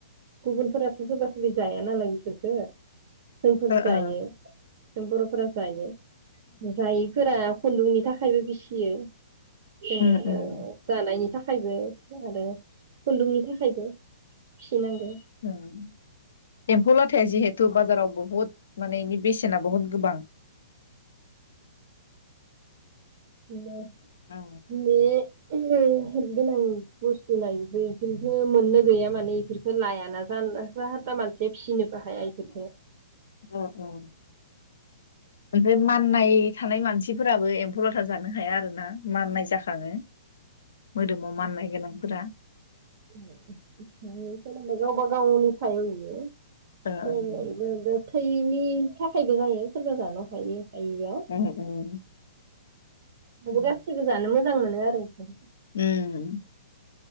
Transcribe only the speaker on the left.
ओ
ओ
उम उम
<inaudible> उम एम्फौ लाथ थे जिहेतु बाजाराव बुहुत माने निथ बेसेना बुहुद गोबां।
ओ
ओ ओ ओमफ्राय माननाय थानाय मानसिफोराबो एम्फौ लाथा जानो हाया आरोना माननाय जाखाङो। मोदोमाव माननाय गोनांफोरा
ओ ओं
हो हो उम
उम
उम